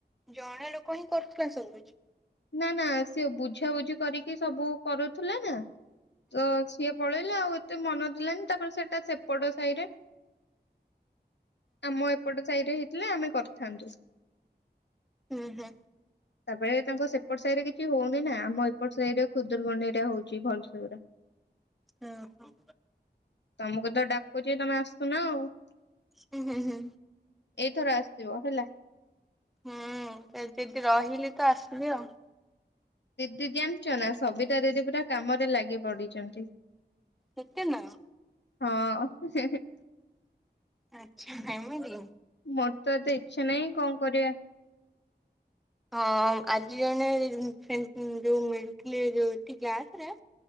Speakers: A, in the centre; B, on the left (about 80°).
A: ଜଣେ ଲୋକ ହିଁ କରୁଥିଲା ସବୁକିଛି।
B: ନା ନା ସିଏ ବୁଝାବୁଝି କରିକି ସବୁ କରୁଥିଲା ନା ତ ସିଏ ପଳେଇଲେ ଆଉ ଏତେ ମନ ଦେଲେନି ତାପରେ ସେଇଟା ସେପଟ ସାହି ରେ ଆମ ଏପଟ ସାଇ ରେ ହେଇଥିଲା ଆମେ କରିଥାନ୍ତୁ।
A: ଉହୁଁ।
B: ତାପରେ ତାଙ୍କ ସେ ଏପଟ ସା ଇରେ କିଛି ହଉନି ନା ଆମ ଏପଟ ସାଇ ରେ ଖୁଦୁରୁ କୁଣୀ ରେ ହଉଛି ଭଲ ସେ ପୁରା <unintelligible>
A: ଆ ହଁ।
B: ତମକୁ ତ ଡାକୁଚି ତମେ ଆସୁନ ଆଉ।
A: ହୁଁ, ହୁଁ, ହୁଁ।
B: ଏଇଥର ଆସିବ ହେଲା।
A: ହିଁ ଏ ଯଦି ରହିଲି ତ ଆସିବି ଆଉ <unintelligible>
B: ଦିଦି ଜାଣିଛ ନା ସବିତା ଦିଦି ପୁରା କାମରେ ଲାଗି ପଡିଛନ୍ତି।
A: ସତରେ ନା କଣ
B: ହଁ, <unintelligible>
A: ଆଛା ଏମିତି କି।
B: ମୋର ତ ଏତେ ଇଚ୍ଛା ନାହିଁ କଣ କରିବା।
A: ହଁ ଆଜି ଜଣେ ଫ୍ରେଣ୍ଡ ଯୋଉ ମିଳୁଥିଲେ ଯୋଉ ଏଠି କ୍ଲାସରେ